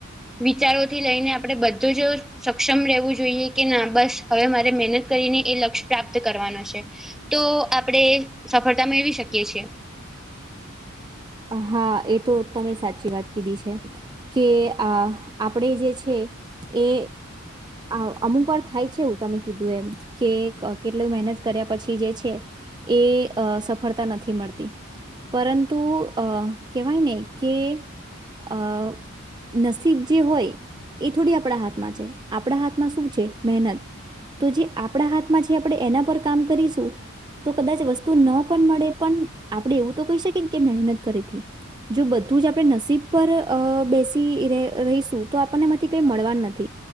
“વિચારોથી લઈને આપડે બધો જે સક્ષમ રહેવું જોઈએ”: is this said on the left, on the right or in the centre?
Centre